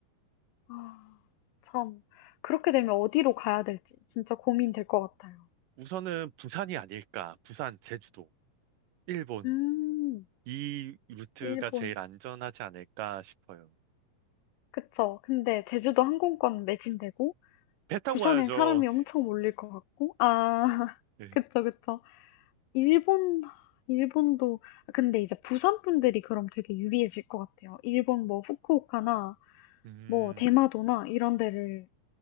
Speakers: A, on the left; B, on the right.
A: 아. 참. 그렇게 되면 어디로 가야 될지 진짜 고민될 것 같아요.
B: 우선은 부산이 아닐까, 부산, 제주도, 일본.
A: 음.
B: 이 루트가
A: 일본.
B: 제일 안전하지 않을까 싶어요.
A: 그쵸. 근데 제주도 항공권 매진되고
B: 배 타고
A: 부산에
B: 가야죠.
A: 사람이 엄청 몰릴 것 같고. 아. <laughs>
B: 네.
A: 그쵸, 그쵸. 일본 일본도 아 근데 이제 부산 분들이 그럼 되게 유리해질 것 같아요. 일본 뭐 후쿠오카나
B: 음,
A: 뭐 대마도나 이런 데를